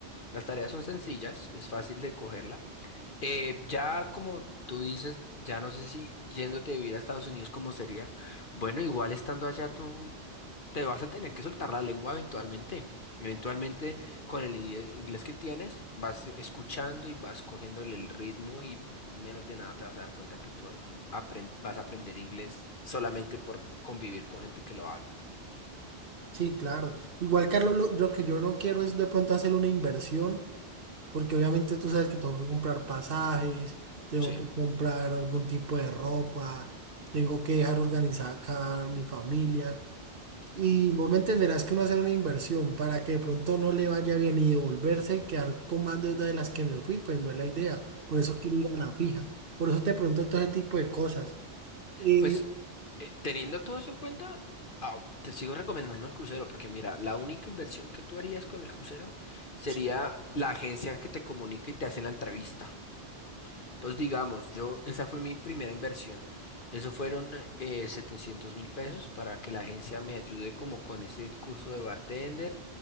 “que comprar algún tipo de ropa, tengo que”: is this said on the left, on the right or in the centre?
Right